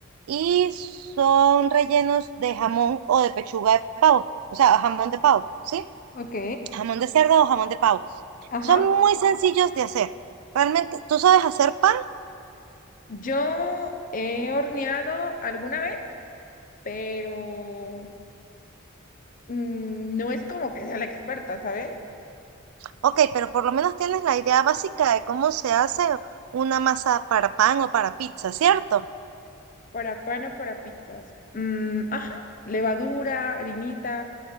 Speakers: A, on the right; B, on the left.
A: y son rellenos de jamón o de pechuga de pavo, o sea, jamón de pavo, ¿sí?
B: Ok.
A: Jamón de cerdo o jamón de pavo.
B: Ajá.
A: Son muy sencillos de hacer. Realmente, tú sabes hacer pan,
B: Yo he horneado alguna vez, pero mm, no es como que sea la experta, ¿sabes?
A: ok, pero por lo menos tienes la idea básica de cómo se hace una masa para pan o para pizza, ¿cierto?
B: Para pan o para pizzas. Mm, ajá, levadura, harinita,